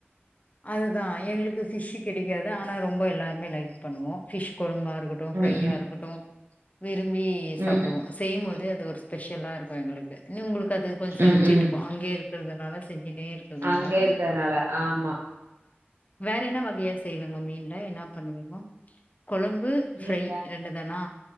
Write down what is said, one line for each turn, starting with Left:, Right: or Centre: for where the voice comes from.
Left: அதுதா எங்களுக்கு ஃபிஷ்ஷூ கெடைக்காது ஆனா ரொம்ப எல்லாருமே லைக் பண்ணுவோ ஃபிஷ் கொழம்பா ஃப்ரையாருக்கட்டு
Right: ம் ம்
Left: விரும்பி சாப்டுவோ
Right: ம்
Left: செய்யும்போது அது ஒரு ஸ்பெஷலாருக்கு எங்களுக்கு இன்னும் உங்களுக்கு அது கொஞ்சம் சழிச்சுட்ருக்கு
Right: ம் ம்
Left: அங்கயே இருக்கிறதுனால செஞ்சுனே இருக்கதுனால
Right: அங்கயே இருக்கறனால ஆமா
Left: வேற என்ன வகையா செய்விங்கோ மீன்ல என்னா பண்ணுவீங்கோ கொழம்பு
Right: மீன்ல
Left: ஃப்ரை இரண்டு தானா